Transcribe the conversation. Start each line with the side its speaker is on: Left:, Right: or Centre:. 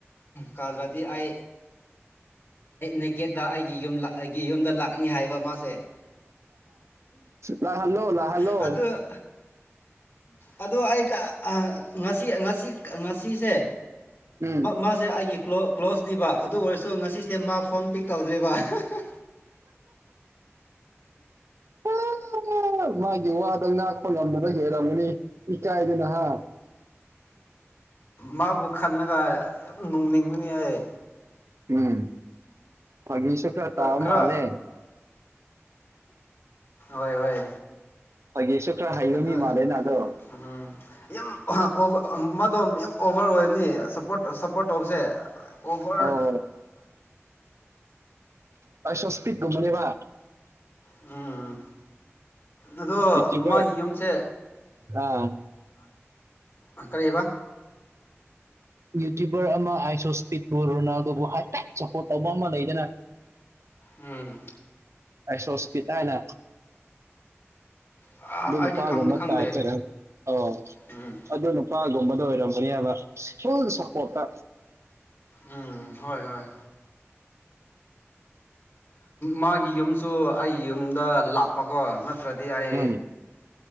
Left: ꯀꯥꯗ꯭ꯔꯗꯤ ꯑꯩ ꯅꯦꯀꯦꯠꯇ ꯑꯩꯒꯤ ꯌ ꯌꯨꯝꯗ ꯂꯥꯛꯀꯅꯤ ꯍꯥꯏꯕ ꯃꯥꯁꯦ
Right: ꯂꯜꯂꯣ ꯂ ꯍꯜꯂꯣ
Left: ꯑꯗꯨ ꯑꯗꯨ ꯑꯩ ꯉꯁꯤ ꯉꯁꯤ ꯉꯁꯤꯁꯦ
Right: ꯎꯝ
Left: ꯃꯥꯁꯦ ꯑꯩꯒꯤ ꯀ꯭ꯂꯣꯖꯅꯦꯕ ꯑꯗꯨ ꯑꯣꯏꯔꯁꯨ ꯁꯣ ꯉꯁꯤꯁꯦ ꯃꯥ ꯐꯣꯝ ꯄꯤꯛ ꯇꯧꯗ꯭ꯔꯤꯕ ꯍꯍ
Right: ꯎ ꯎ ꯃꯥꯒꯤ ꯋꯥꯗ ꯉꯥꯛꯄ ꯉꯝꯗꯅ ꯂꯩꯔꯝꯃꯅꯤ ꯏꯀꯥꯏꯗꯅ ꯍꯥ
Left: ꯃꯥꯕꯨ ꯈꯜꯂꯒ ꯌꯥꯝ ꯅꯣꯛꯅꯤꯡꯕꯅꯤ ꯑꯩ
Right: ꯎꯝ ꯐꯥꯒꯤꯁꯨ ꯈꯔ ꯇꯥꯕ
Left: ꯀꯔ
Right: ꯃꯥꯜꯂꯦ
Left: ꯋꯥꯏ ꯋꯥꯏ
Right: <unintelligible>
Left: ꯑꯗꯨꯒ
Right: ꯃꯤ ꯃꯥꯜꯂꯦꯅ ꯑꯗꯣ
Left: ꯎ ꯎ ꯌꯥꯝ ꯑꯍ ꯃꯗꯣꯝ ꯌꯥꯝ ꯑꯣꯚꯔ ꯑꯣꯏꯕꯅꯤ ꯁꯄꯣꯔꯠ ꯁꯞꯄꯣꯔꯠ ꯇꯧꯕꯁꯦ ꯑꯣꯕꯔ
Right: ꯑꯣ ꯄꯥꯏꯁꯣꯁꯄꯤꯠꯗꯕꯅꯦꯕ
Left: ꯎꯝ ꯑꯗꯣ
Right: ꯌꯨꯇ꯭ꯌꯨꯕꯔ
Left: ꯃꯥꯒꯤ ꯌꯨꯝꯁꯦ
Right: ꯑꯥ
Left: ꯑꯪ ꯀꯔꯤꯕ
Right: ꯌꯨꯇ꯭ꯌꯨꯕꯔ ꯑꯃ ꯑꯥꯏꯁꯣꯁꯄꯤꯠꯄꯨ ꯔꯣꯅꯥꯜꯗꯣꯕꯨ ꯍꯥꯏꯐꯦꯠ ꯁꯞꯄꯣꯔꯠ ꯇꯧꯕ ꯑꯃ ꯂꯩꯗꯅ <inaudible>
Left: ꯎꯝ
Right: ꯑꯩꯁꯣꯁꯄꯤꯠ ꯍꯥꯏꯅ
Left: ꯑꯩꯗꯤ
Right: ꯂꯤꯂ ꯄꯒ
Left: ꯈꯪꯗꯤ
Right: ꯃꯠꯇ
Left: ꯈꯪꯗꯦ
Right: ꯍꯥꯏꯇꯦꯔꯦ ꯑꯣ
Left: ꯎꯝ
Right: ꯑꯗꯨ ꯅꯨꯄꯥꯒꯨꯝꯕꯗ ꯑꯣꯏꯔꯝꯃꯅꯦꯕ ꯐꯨꯜ ꯁꯄꯣꯔꯠꯇ
Left: ꯎꯝ ꯍꯣꯏ ꯍꯣꯏ ꯃꯥꯒꯤ ꯌꯨꯝꯁꯨ ꯑꯩꯒꯤ ꯌꯨꯝꯗ ꯂꯥꯞꯄꯀꯣ ꯅꯠꯇ꯭ꯔꯗꯤ ꯑꯩ
Right: ꯎꯝ